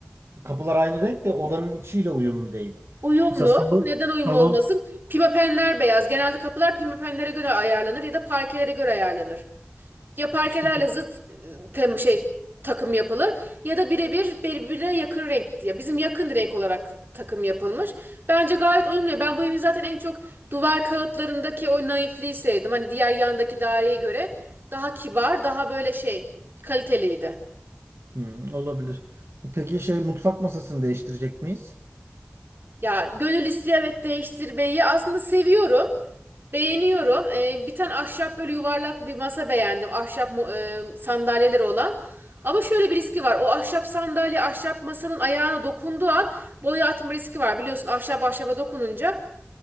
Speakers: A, on the right; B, on the right.
A: Kapılar aynı renk de odanın içiyle uyumlu değil.
B: Uyumlu.
A: Mesela salon,
B: Neden uyumlu
A: salon
B: olmasın? Pimapenler beyaz. Genelde kapılar pimapenlere göre ayarlanır ya da parkelere göre ayarlanır. Ya parkelerle
A: işte
B: zıt e, tem şey takım yapılır ya da birebir birbirine yakın renk diye. Bizim yakın renk olarak takım yapılmış. Bence gayet uyumlu. Ben bu evin zaten en çok duvar kağıtlarındaki o naifliği sevdim. Hani diğer yandaki daireye göre daha kibar, daha böyle şey kaliteliydi.
A: Hmm, olabilir. Peki şey mutfak masasını değiştirecek miyiz?
B: Ya gönül istiyor evet değiştirmeyi aslında seviyorum. Beğeniyorum. Ee, bir tane ahşap böyle yuvarlak bir masa beğendim. Ahşap mu- e, sandalyeleri olan. Ama şöyle bir riski var. O ahşap sandalye ahşap masanın ayağına dokunduğu an boya atma riski var. Biliyorsun ahşap ahşaba dokununca